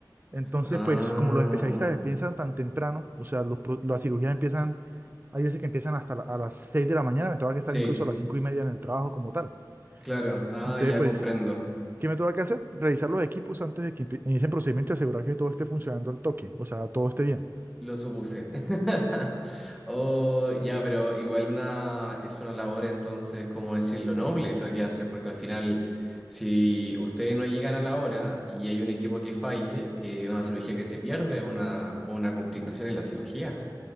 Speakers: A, on the right; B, in the centre.
A: Entonces,
B: Ah,
A: pues como los especialistas empiezan tan temprano, o sea, los pro- las cirugías empiezan, hay veces que empiezan hasta la- a las 6 de la mañana, me tengo que estar
B: sí,
A: incluso a las 5 y media en el trabajo como tal.
B: claro. Ah,
A: Entonces,
B: ya
A: pues,
B: comprendo.
A: ¿qué me tengo que hacer? Revisar los equipos antes de que empie- inicien procedimiento y asegurar que todo esté funcionando al toque, o sea, todo esté bien.
B: Lo supuse. <laughs> Oh, ya, pero igual una es una labor entonces, como decirlo, noble es lo que haces, porque al final, si ustedes no llegan a la hora y hay un equipo que falle, eh, una cirugía que se pierde, una, o una complicación en la cirugía.